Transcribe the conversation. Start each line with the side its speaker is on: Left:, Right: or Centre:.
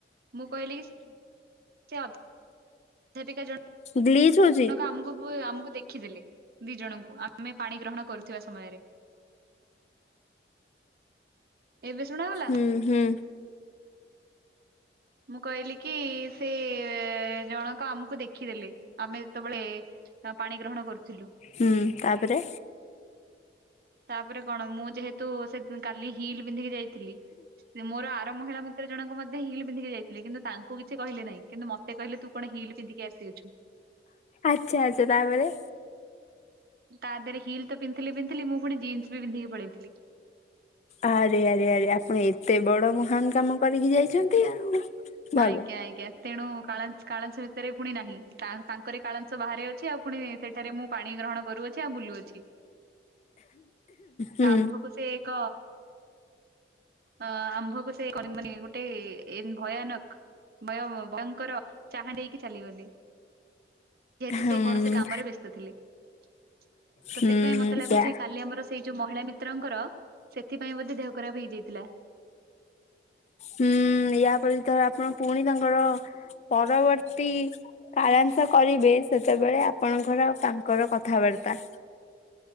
Right: ମୁଁ କହିଲି କି ସେ ଅଧ୍ୟାପିକା ଜଣ
Left: ଗ୍ଲିଚ ହଉଛି।
Right: ଆମକୁ ଆମକୁ ଦେଖିଦେଲେ ଦି ଜଣଙ୍କୁ ଆମେ ପାଣି ଗ୍ରହଣ କରୁଥିବା ସମୟରେ। ଏବେ ଶୁଣାଗଲା?
Left: ହୁଁ ହୁଁ।
Right: ମୁଁ କହିଲି କି ସେ ଜଣକ ଆମକୁ ଦେଖିଦେଲେ ଆମେ ଯେତେବେଳେ ପାଣି ଗ୍ରହଣ କରୁଥିଲୁ।
Left: ହୁଁ ତାପରେ
Right: ତାପରେ କଣ ମୁଁ ଯେହେତୁ ସେ କାଲି ହିଲ ପିନ୍ଧିକି ଯାଇଥିଲି ମୋର ଆର ମହିଳା ତ ଜଣକ ମଧ୍ୟ ହିଲ ପିନ୍ଧିକି ଯାଇଥିଲେ କିନ୍ତୁଙ୍କୁ କିଛି କିହିଲେ ନାହିଁ କିନ୍ତୁ ମତେ କିଲେ ତୁ କଣ ହିଲ ପିଧିକି ଆସିଯାଅଛୁ।
Left: ଆଚ୍ଛା ଆଚ୍ଛା ତାପରେ
Right: ତା ଦେହ ହିଲ ତ ପିନ୍ଥିଲି ପିନ୍ଥିଲି ମୁଁ ପୁଣି ଜିନ୍ସ ବି ପିନ୍ଧିକି ପଳେଇଥିଲି।
Left: ଆରେ ଆରେ ଆରେ ଆପଣ ଏତେ ବଡ ମହାନ କାମ କରିକି ଯାଇଛନ୍ତି ଆଉ। ଭଲ
Right: ଆଜ୍ଞା ଆଜ୍ଞା। ତେଣୁ କାଳସ କଲାସ ଭିତରେ ପୁଣି ନାହିଁ ତାଙ୍କରେ କାଳସ ବାହାରେ ଅଛି ଆଉ ପୁଣି ସେଠ ଏଠରେ ମୁଁ ପାଣି ଗ୍ରହଣ କରୁଅଛି ଆଉ ବୁଲୁଅଛି।
Left: ହୁଁ।
Right: ତ ଆମ୍ଭକୁ ସେ ଏକ ଅ ଆମ୍ଭକୁ <unintelligible> ସେ ମାନେ ଗୋଟେ ଏ ଭୟାନକ ବୟ ଭୟଙ୍କର ଚାହା ଦେଇକି ଚାଲିଗଲେ। ଯେହେତୁ
Left: ହୁଁ
Right: ସେ କୌଣସି କାମରେ ବ୍ୟସ୍ତ ଥିଲେ ତ
Left: ହୁଁ
Right: ସେଥିପାଇଁ ମତେ ଲାଗୁଛି
Left: ୟା
Right: କାଲି ଆମର ସେଇ ଯୋଉ ମହିଳା ମିତ୍ରଙ୍କର ସେଥିପାଇଁ ବୋଧେ ଦେହ ଖରାପ ହେଇଯାଇଥିଲା।
Left: ହୁଁ ୟା ପରେ ତ ଆପଣ ପୁଣି ତାଙ୍କର ପରବର୍ତ୍ତୀ <unintelligible> କରିବେ ସେତେବେଳେ ଆପଣଙ୍କର ଆଉ ତାଙ୍କର କଥାବାର୍ତ୍ତା।